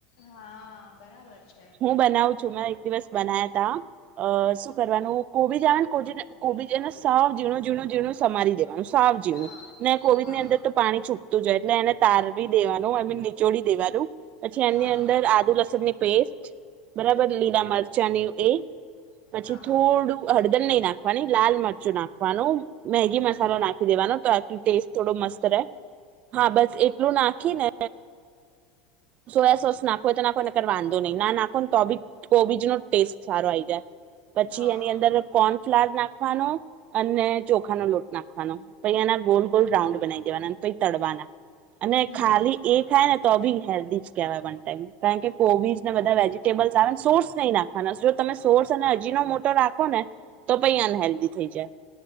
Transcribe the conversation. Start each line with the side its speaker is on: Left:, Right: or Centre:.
Left: હા બરાબર છે
Right: હું બનાવું છું મે એક દિવસ બનાયાતા હ અ શું કરવાનું કોબી જ આવે ને કો કોબીજ એને સાવ ઝણુંઝણું ઝીણું સમારી દેવાનું છે. સાફ જીવું
Left: હા
Right: ને કોવીની
Left: હા
Right: અંદર તો પાણી છૂપતું જ એટલે એને તારવી દેવાનું આઈ મીન નીચોડી દેવાનું પછી એની
Left: હા
Right: અંદર આદુ લસણ ની પેસ્ટ બરાબર લીલા મરચાંની એ પછી
Left: હા
Right: થોડું હળદર ની નાખવાની લાલ મરચું નાખવાનું મેગી
Left: હમ
Right: મસાલો નાખી દેવાનો તો આટ ટેસ્ટ થોડો મસ્ રે હા બસ એટલું નાખી ને સોયા સોસ નાખ તો નાખો નર વાંધો નહી નાખો ને તો બી કોબીજ નો ટેસ્ટ સારો આઈ જાય પછી
Left: હા
Right: એની અંદર <unintelligible> નાખવાનો અને ચોખાનો લોટ નાખવાનો પછી એના ગોલ- ગોલ રાઉન્ડ બનાવી દેવાના પઈ તડવાના. અને
Left: હમ
Right: ખાલી એ થાય ને તો બી હેલ્ધી જ કહેવાય વન ટાઈમ કારણ કે કોબીઝ ને બધા વેજટેબલ <unintelligible> સોર્સ નહી નાખવાના જો તમે સોર્સ અને અજીનોમોટો રાખો ને તો પઈ અનહેેલ્ધી થઈ જાય.